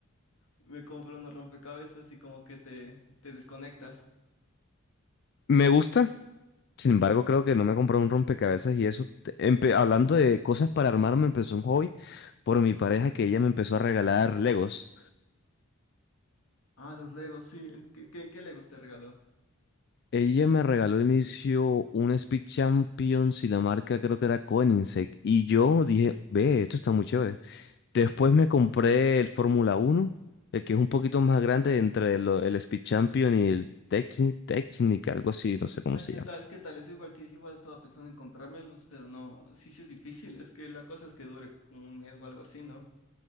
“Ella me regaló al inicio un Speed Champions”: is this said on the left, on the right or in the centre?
Left